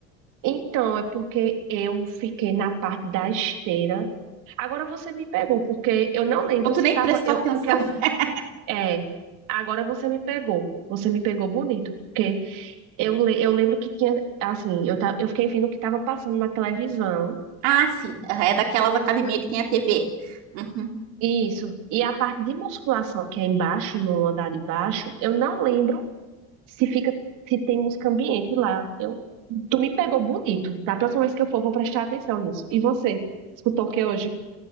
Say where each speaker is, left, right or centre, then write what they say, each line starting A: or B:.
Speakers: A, on the right (about 70°); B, on the right (about 85°).
A: Então, é porque eu fiquei na parte da esteira. Agora você me pegou, porque eu não lembro
B: Ou tu
A: se
B: nem
A: tava,
B: prestou
A: eu,
B: atenção?
A: porque assim,
B: <laughs>
A: É, agora você me pegou. Você me pegou bonito, porque eu, le- eu lembro que tinha, assim, eu, ta- eu fiquei vendo o que estava passando na televisão.
B: Ah, sim, aham, é daquelas academias que tem a TV. Uhum.
A: Isso. E a parte de musculação que é embaixo, no andar de baixo, eu não lembro se fica, se tem música ambiente lá. Eu, tu me pegou bonito. Da próxima vez que eu for, vou prestar atenção nisso. E você? Escutou o que hoje?